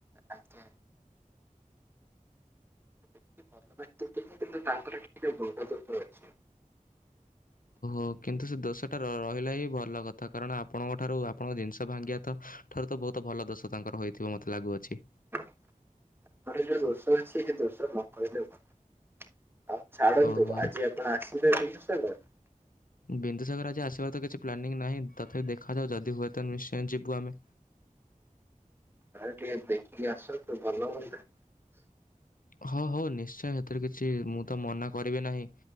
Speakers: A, on the right; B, on the left.
A: ଆଜ୍ଞା। ସେ ବ୍ୟକ୍ତି ଭଲ ବ୍ୟକ୍ତି ଥିଲେ କିନ୍ତୁ ତାଙ୍କର ଟିକେ <unintelligible> ଦୋଷ ଅଛି। ହ
B: ହ କିନ୍ତୁ ସେ ଦୋଷଟା ର ରହିଲେ ହିଁ ଭଲ କଥା କାରଣ ଆପଣଙ୍କ ଠାରୁ ଆପଣଙ୍କ ଜିନିଷ ଭାଙ୍ଗିବା ତ ଠାରୁ ତ ଭ ବହୁତ ଭଲ ଦୋଷ ତାଙ୍କର ହୋଇଥଥିବା ମୋତେ ଲାଗୁଅଛି।
A: <unintelligible> ଜୋଉ ଦୋଷ ଅଛି ସେ ଦୋଷର ନକିଲେ ଭଲ। ଆଉ ଛାଡ଼ନ୍ତୁ
B: ଓହୋ
A: ଆଜି ଆପଣ ଆସିବେ ବିନ୍ଦୁ ସାଗର?
B: ବିନ୍ଦୁସାଗର ଆଜି ଆସିବାର ତ କିଛି ପ୍ଲାନିଂ ନାହିଁ ତଥାପି ଦେଖାଯାଉ ଯଦି ହୁଏ ତାହେଲେ ନିଶ୍ଚୟ ଯିବୁ ଆମେ।
A: ଆରେ ଟିକେ ଦେଖିକି ଆସନ୍ତୁ ଭଲ ହୁଅନ୍ତା।
B: ହଁ ହଉ ନିଶ୍ଚୟ ସେଥିରେ କିଛି ମୁଁ ତ ମନା କରିବି ନାହିଁ